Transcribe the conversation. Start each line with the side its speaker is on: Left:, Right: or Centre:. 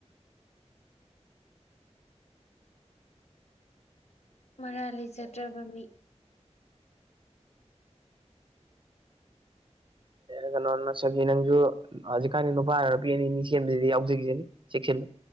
Left: ꯃꯔꯥ ꯂꯩꯖꯗ꯭ꯔꯕ ꯃꯤ
Right: ꯌꯥ ꯅꯣꯅ ꯆꯒꯤ ꯅꯪꯁꯨ ꯑꯖꯤ ꯀꯥꯟꯅ ꯐꯔꯔꯕ ꯄ ꯑꯅꯤꯅꯤ ꯁꯦꯝꯕꯁꯤꯗꯤ ꯌꯥꯎꯖꯒꯤꯖꯅꯤ ꯆꯦꯛꯁꯤꯜꯂꯨ